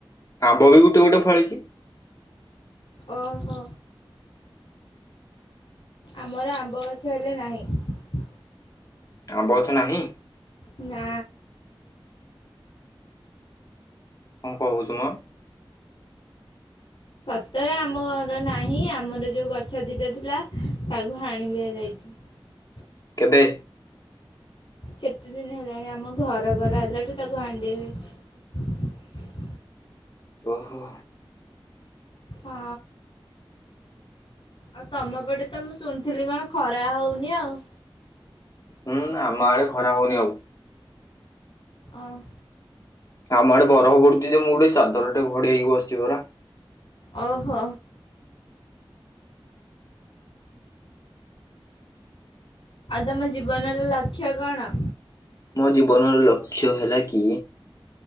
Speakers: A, on the left (about 40°); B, on the left (about 70°).
A: ଆମ୍ବ ବି ଗୋଟେ ଗୋଟେ ଫଳିଛି।
B: ଓ ହୋ ଆମର ଆମ୍ବ ଗଛ ହେଲେ ନାହିଁ।
A: ଆମ୍ବ ଗଛ ନାହିଁ।
B: ନା।
A: କଁ କହୁଛୁ ମ ।
B: ସତରେ ଆମ ଘରେ ନାହିଁ ଆମର ଯୋଉ ଗଛ ଦିଟା ଥିଲା ତାକୁ ହାଣି ଦିଆଯାଇଛି ।
A: କେବେ?
B: କେତେ ଦିନ ହେଲାଣି ଆମ ଘର କରାହେଲାଟୁ ତାକୁ ହାଣିଦିଆଯାଇଛି।
A: ଓ ହୋ।
B: ହଁ ଆଉ ତମ ପଟେ ତ ମୁଁ ଶୁଣିଥିଲି କଣ ଖରା ହଉନି ଆଉ।
A: ହୁଁ ଆମ ଆଡେ ଖରା ହଉନି ଆଉ।
B: ଓ ।
A: ଆମ ଆଡେ ବରଫ ପଡୁଛି ଯେ ମୁଁ ଗୋଟେ ଚାଦର ଟେ ଘୋଡେଇ ହେଇକି ବସିଛି ପରା।
B: ଓ ହୋ। ଆଉ ତମ ଜୀବନର ଲକ୍ଷ୍ୟ କଣ?
A: ମୋ ଜୀବନର ଲକ୍ଷ୍ୟ ହେଲା କି